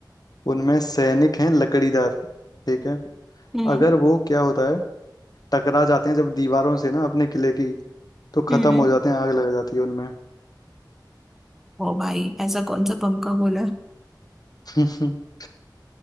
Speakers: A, on the left; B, in the centre.
A: उनमें सैनिक हैं लकड़ीदार ठीक है
B: हम्म
A: अगर वो क्या होता है टकरा जाते हैं जब दीवारों से ना अपने किले की तो खत्म
B: हम्म
A: हो जाते हैं आग लग जाती है उनमें
B: ओ भाई ऐसा कौन सा बम का गोला है?
A: <laughs>